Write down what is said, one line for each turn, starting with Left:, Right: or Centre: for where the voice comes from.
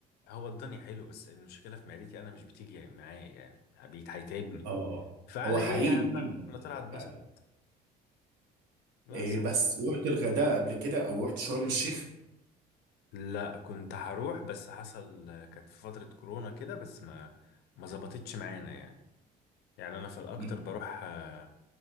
Left: هو الضاني حلو بس المشكله في معدتي انا مش بتيجي معايا يعني بيت هيتعبني
Right: <laughs> اه
Left: فعلى
Right: هو حقيقي
Left: ايه يا عم
Right: تقيل قوي
Left: انا طلعت اتبسط
Right: فعلا
Left: لا
Right: إيه
Left: صح
Right: بس رحت الغردقه قبل كده او رحت شرم الشيخ
Left: لا كنت هروح بس حصل كانت في فتره كورونا كده بس ما ما ظبطتش معانا يعني يعني انا في الاكتر
Right: مم.
Left: بروح آه،